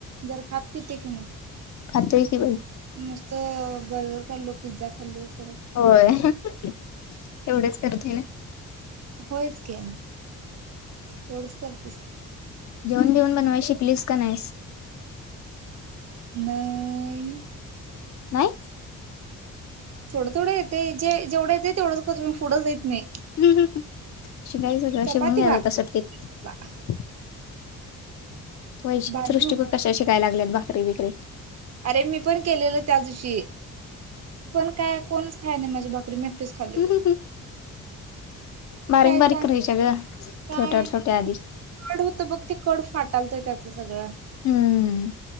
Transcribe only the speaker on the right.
जरा खातपित ये की मग.
मस्त बर्गर खाल्लो पिझ्झा खाल्लो. करत
होयच की तेवढंच करतीस.
नाही
थोडं थोडं येते जे जेवढं येते तेवढंच पुढं जाईत नाही
चपाती
भात
भाजी
नव्हती
अरे मी पण केलेल त्या दिवशी. पण काय कोणच? हय आणि नाही माझ्या बाकरी मॅ पिस खाल्लेलो.
काय
सांग?
काय
कडू
होत बघ ते कडू फाट. चालतय त्याचं सगळं.